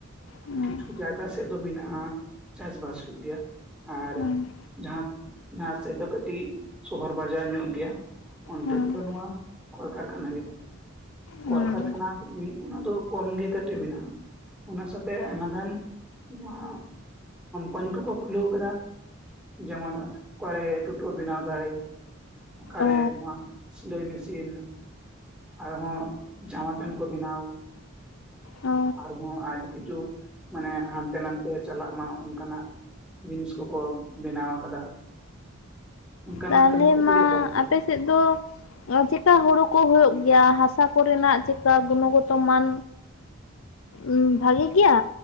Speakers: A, on the left; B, in the centre.
A: ᱩᱸ
B: ᱠᱤᱪᱷᱩ ᱡᱟᱭᱜᱟ ᱥᱮᱫ ᱫᱚ ᱢᱮᱱᱟᱜᱼᱟ ᱪᱟᱥᱵᱟᱥ ᱦᱩᱭᱩᱜ ᱜᱮᱭᱟ, ᱟᱨ
A: ᱩᱸ
B: ᱡᱟᱦᱟᱸ ᱡᱟᱦᱟᱸ ᱥᱮᱫ ᱫᱚ ᱠᱟᱹᱴᱤᱡ ᱥᱚᱦᱚᱨ ᱵᱟᱡᱟᱨ ᱧᱚᱜ ᱜᱮᱭᱟ, ᱚᱱᱛᱮ
A: ᱩᱸ
B: ᱨᱮ ᱫᱚ ᱱᱚᱣᱟ ᱠᱚᱞᱠᱟᱨᱠᱷᱟᱱᱟ ᱜᱮ ᱠᱚᱨᱠᱟᱨ
A: ᱩᱸ
B: ᱠᱷᱟᱱᱟ <inaudible> ᱚᱱᱟ ᱫᱚ ᱠᱚᱢ ᱜᱮ ᱡᱟᱹᱱᱤᱡ ᱢᱮᱱᱟᱜᱼᱟ᱾ ᱚᱱᱟ ᱥᱟᱶᱛᱮ ᱟᱭᱢᱟᱟᱜᱟᱱ ᱱᱚᱣᱟ ᱠᱚᱢᱯᱟᱱᱤ ᱠᱚᱠᱚ ᱠᱷᱩᱞᱟᱹᱣ ᱟᱠᱟᱫᱟ, ᱡᱮᱢᱚᱱ ᱚᱠᱟᱨᱮ ᱴᱳᱴᱳ ᱵᱮᱱᱟᱣ ᱮᱫᱟᱭ, ᱚᱠᱟᱨᱮ
A: ᱚ
B: ᱱᱚᱣᱟ ᱥᱤᱞᱟᱹᱭ ᱢᱮᱥᱤᱱ, ᱟᱨᱦᱚᱸ ᱡᱟᱢᱟ ᱯᱮᱱ ᱠᱚ ᱵᱮᱱᱟᱣ,
A: ᱚ
B: ᱟᱨ ᱦᱚᱸ ᱟᱹᱰᱤ ᱠᱤᱪᱷᱩ ᱢᱟᱱᱮ ᱦᱟᱱᱛᱮ ᱱᱟᱱᱛᱮ ᱪᱟᱞᱟᱜ ᱢᱟ ᱚᱱᱠᱟᱱᱟᱜ ᱡᱤᱱᱤᱥ ᱠᱚᱠᱚ ᱵᱮᱱᱟᱣ ᱟᱠᱟᱫᱟ, ᱚᱱᱠᱟᱱᱟᱜ
A: ᱛᱟᱦᱚᱞᱮ
B: ᱠᱟᱹᱢᱤ ᱠᱚᱜᱮ ᱵᱟᱹᱲᱛᱤ᱾
A: ᱥᱮᱫ ᱫᱚ ᱮᱸ ᱪᱮᱫᱠᱟ ᱦᱩᱲᱩ ᱠᱚ ᱦᱩᱭᱩᱜ ᱜᱮᱭᱟ ᱦᱟᱥᱟ ᱠᱚᱨᱮᱱᱟᱜ ᱪᱮᱫᱠᱟ ᱜᱩᱱᱚᱜᱚᱛᱚ ᱢᱟᱱ? ᱩᱸ ᱵᱷᱟᱜᱮ ᱜᱮᱭᱟ